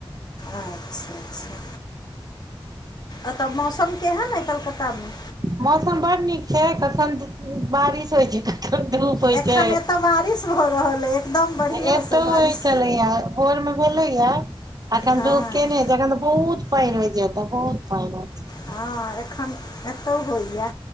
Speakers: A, on the left (about 45°); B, on the right (about 40°).
A: अच्छा-अच्छा, एतऽ मौसम केहन अइ कलकत्ता में।
B: मौसम बड्ड नीक छै, कखन बारिश होइ छै, कखन धूप। होइ
A: एखन
B: छै
A: एतऽ बारिश भऽ रहल अइ। एकदम बढ़िआँसँ
B: आ एतौ
A: बारिश
B: होइ छलैया। भोर में भेलैय, अखन
A: हँ
B: धूप केने छै अखन तऽ बहुत। पैइन होय छै एतऽ, बहुत पैइन होय छै।
A: हँ एखन एतौ होइए।